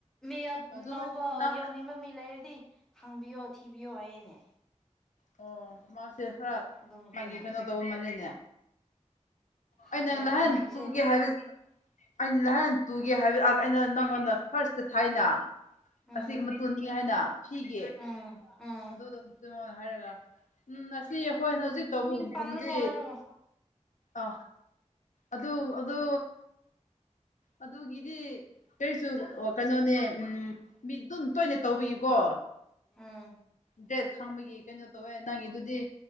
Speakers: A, in the centre; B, on the left.
A: ꯃꯤ ꯑ
B: ꯑꯣ ꯑꯗꯨ
A: ꯅꯧꯕ
B: ꯅꯪ ꯅꯪ
A: ꯌꯥꯎꯅꯤꯡꯕ ꯃꯤ ꯂꯩꯔꯗꯤ ꯍꯥꯪꯕꯤꯌꯣ ꯊꯤꯕꯤꯌꯣ ꯍꯥꯏꯌꯦꯅꯦ
B: ꯑꯣ ꯃꯥꯁꯦ ꯈꯔ
A: ꯑꯗꯨ ꯅꯨꯄꯤꯅ
B: ꯃꯥꯒꯤ ꯀꯩꯅꯣ ꯇꯧꯕ ꯃꯥꯜꯂꯦꯅꯦ
A: ꯈꯪꯗꯦ
B: ꯑꯩ ꯅꯪ ꯂꯍꯥꯟ
A: ꯃꯥꯒꯤꯁꯦ
B: ꯇꯨꯒꯤ ꯍꯥꯏꯕ ꯑꯩꯅ ꯅꯍꯥꯟ ꯇꯨꯒꯦ ꯍꯥꯏꯕ ꯑꯥ ꯑꯩꯅ ꯅꯪꯉꯣꯟꯗ ꯐꯥꯔꯁꯇ ꯊꯥꯏꯅ
A: ꯎꯝ
B: ꯑꯁꯤ ꯃꯇꯨꯅꯤ ꯍꯥꯏꯅ ꯁꯤꯒꯤ
A: ꯎꯝ ꯎꯝ
B: ꯑꯗꯨꯗꯣ ꯃ ꯃꯉꯣꯟ ꯍꯥꯏꯔꯒ ꯎꯝ ꯑꯁꯤ ꯑꯩꯈꯣꯏꯅ ꯍꯧꯖꯤꯛ ꯇꯧꯕꯒꯨꯝ-
A: ꯃꯤꯡ ꯄꯜꯂꯅꯨ
B: ꯒꯨꯝꯕꯗꯤ
A: ꯍꯥꯏꯔꯒ
B: ꯑ ꯑꯗꯨ ꯑꯗꯨ ꯑꯗꯨꯒꯤꯗꯤ ꯀꯔꯤꯁꯨ ꯀꯩꯅꯣꯅꯦ ꯎꯝ ꯃꯤ ꯗꯨꯝ ꯇꯣꯏꯅ ꯇꯧꯕꯒꯤꯀꯣ
A: ꯑꯝ
B: ꯗ꯭ꯔꯦꯠ ꯈꯥꯡꯕꯒꯤ ꯀꯩꯅꯣ ꯇꯧꯋꯦ ꯅꯪꯒꯤꯗꯨꯗꯤ